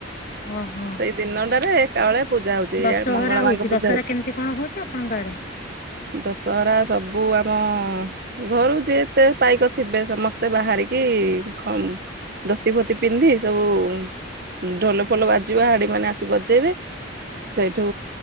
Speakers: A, on the left (about 45°); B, on the right (about 50°).
A: ହଁ ହଁ।
B: ସେଇ ଦିନଟାରେ ଏକାବେଳେ ପୂଜା ହଉଚି
A: ଦଶହରା
B: ଏଆରେ ମଙ୍ଗଳା
A: ହଉଛି
B: ମାଙ୍କ ପୂଜା
A: ଦଶହରା
B: ହଉଛି।
A: କେମିତି କଣ ହଉଛି ଆପଣଙ୍କ ଆଡେ?
B: ଦଶହରା ସବୁ ଆମ ଘରୁ ଯେ ଏତେ ପାଇକ ଥିବେ ସମସ୍ତେ ବାହାରିକି ଖମ୍ ଧୋତି ଫୋତି ପିନ୍ଧି ସବୁ ଢୋଲ ଫଲ ବାଜିବ ହାଡ଼ି ମାନେ ଆସି ବଜେଇବେ ସେଇଠୁ